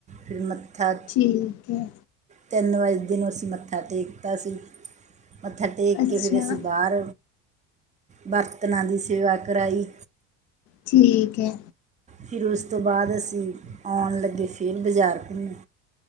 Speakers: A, on the right; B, on the left.
A: ਫਿਰ ਮੱਥਾ
B: ਠੀਕ ਹੈ
A: ਤਿੰਨ ਵਜਦੇ ਨੂੰ ਅਸੀ ਮੱਥਾ ਟੇਕਤਾ ਸੀ। ਮੱਥਾ ਟੇਕ
B: ਅੱਛਾ
A: ਕੇ ਫੇਰ ਅਸੀ ਬਾਰ ਬਰਤਨਾਂ ਦੀ ਸੇਵਾ ਕਰਾਈ।
B: ਠੀਕੈ।
A: ਫੇਰ ਉਸ ਤੋਂ ਬਾਦ ਅਸੀ ਆਉਣ ਲੱਗੇ ਫੇਰ ਬਜਾਰ ਕੁੰਮੇ।